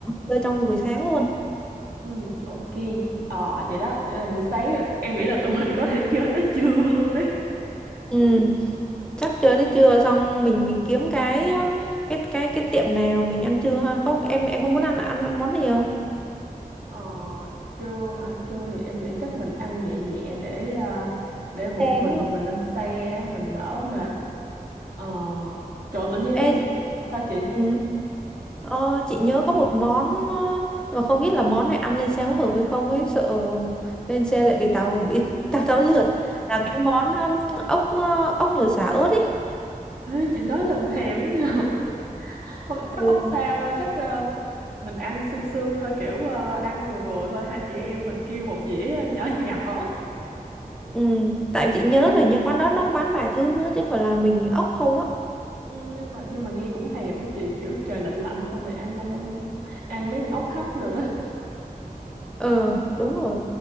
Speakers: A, in the centre; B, on the right.
A: chơi trong buổi sáng luôn.
B: ừ ok ờ vậy đó vậy là buổi sáng em nghĩ là tụi mình có thể chơi tới trưa luôn đấy
A: Ừ, chắc chơi tới trưa xong mình mình kiếm cái cái cái cái tiệm nào mình ăn trưa ha. Có em em có muốn ăn ăn, ăn món gì không?
B: ờ trưa hả trưa thì em nghĩ chắc mình ăn nhẹ nhẹ để à, để bụng
A: chè
B: mình
A: đúng không?
B: mình lên xe mình đỡ mệt ờ trời ơi, tự nhiên
A: Ê,
B: sao chị
A: ừ, ờ, chị nhớ có một món ờ, nhưng mà không biết là món này ăn lên xe có hợp hay không ấy sợ lên xe lại bị tàu bị <laughs> tàu tháo rượt là cái món um, ốc ờ, ốc nhồi sả ớt ấy
B: Ê, chị nói làm thèm nha <laughs> không, chắc
A: Ừ.
B: không sao đâu chắc ờ, mình ăn sương sương thôi kiểu ờ, ăn vừa vừa thôi hai chị em mình kêu một dĩa ờ, nhỏ <laughs> nhỏ
A: ừ, tại chị nhớ là như quán đó nó có bán vài thứ nữa chứ không phải là mình ốc không á
B: ừ, nhưng mà nhưng mà nghe cũng thèm á chị kiểu trời lạnh lạnh xong rồi ăn con ăn, ăn mấy con ốc hấp được đó <laughs>
A: ờ đúng rồi